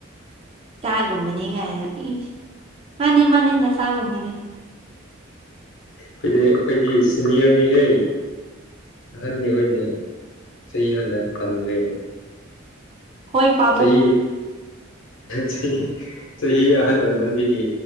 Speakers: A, on the right; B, on the left.
A: ꯆꯒꯨꯝ ꯃꯅꯤꯒꯅ ꯏ ꯃꯥꯅꯤ ꯃꯅꯤꯅ ꯁꯒꯨꯝ ꯃꯅꯤ
B: ꯍꯣꯏꯗꯦ ꯑꯩꯣꯏꯗꯤ ꯁꯤꯅꯤꯌꯔꯅꯤꯍꯩ ꯑꯍꯟꯅꯤꯈꯣꯏꯅꯦ ꯆꯍꯤ ꯍꯥꯟꯅ ꯍꯟꯈ꯭ꯔꯦ
A: ꯍꯣꯏ ꯄꯥꯕꯨꯡ
B: ꯆꯍꯤ ꯆꯍꯤ ꯆꯍꯤ ꯑꯍꯟ ꯑꯣꯏꯃꯟꯕꯤꯒꯤ